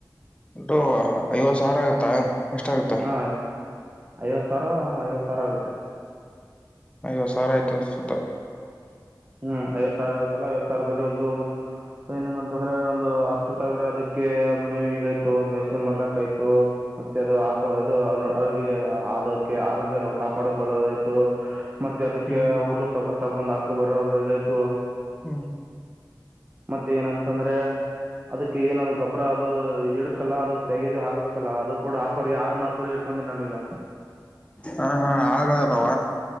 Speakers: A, on the left; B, on the right.
A: ಇಂಟು ಐವತ್ತು ಸಾವಿರ ಆಗತ್ತಾ ಎಷ್ಟಾಗತ್ತ
B: ಹಾ ಐವತ್ತು ಸಾವಿರ ಹಾ ಐವತ್ತು ಸಾವಿರ ಆಗುತ್ತೆ
A: ಐವತ್ತು ಸಾವಿರ ಆಯ್ತ ಸುದ್ದ
B: ಹ್ಮ್ ಐವತ್ ಸಾವಿರ ಆಗುತ್ತಲ್ಲ ಐವತ್ ಸಾವಿರದಲ್ಲಿ ಒಂದು ಏನನಂತಂದ್ರೆ ಒಂದು ಹತ್ತು ಸಾವಿರ ಅದಕ್ಕೆ ಮೇವಿಗ್ ಆಯ್ತು ಮೇಸ್ಕೊಂಡ್ ಬರ್ಲಕ್ ಆಯ್ತು ಮತ್ತೆ ಅದು ಹಾಕ ಇದು ಅರಿಗೆ ಆದಕೆ ಆರೋಗ್ಯ ಕಾಪಾಡಕೊಳ್ಳೋದಾಯ್ತು ಮತ್ತೆ ಅದಕ್ಕೆ
A: ಹ್ಮ್
B: ಹುಲ್ಲ್ ತಗ ತಗೊಂದು ಹಾಕ್ <unintelligible>
A: ಹ್ಮ
B: ಮತ್ತೆ ಏನಂತಂದ್ರೆ ಅದಕ್ಕೆ ಏನನಾ ಗೊಬ್ಬರ ಅದು ಇಡುತ್ತಲ್ಲಾ ಅದು ತೆಗೆದು ಹಾಕ್ಬೇಕಲ್ಲ ಅದು ಕೂಡ ಹಾಕೋರಿ ಆಳ್ ಮಕ್ಳಿಗೆ ಇಡ್ಕೊಂಡೀನಿ ನಾನೀಗ
A: ಹಾ ಹಾ ಆಳ್ಗಳದಾವ